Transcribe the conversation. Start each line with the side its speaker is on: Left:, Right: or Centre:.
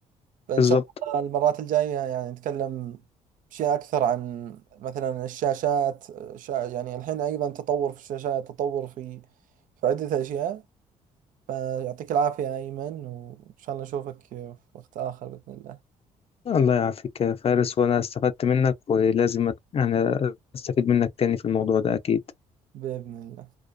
Right: فإن
Left: بالظبط
Right: شاء الله المرات الجاية يعني نتكلم أشياء أكثر عن مثلا الشاشات شا... يعني الحين أيضا تطور في الشاشات تطور في في عدة أشياء فيعطيك العافية يا أيمن وإن شاء الله نشوفك في وقت آخر بإذن الله
Left: الله يعافيك يا فارس وأنا استفدت منك ولازم أت- أنا أستفيد منك تاني في الموضوع ده أكيد
Right: بإذن الله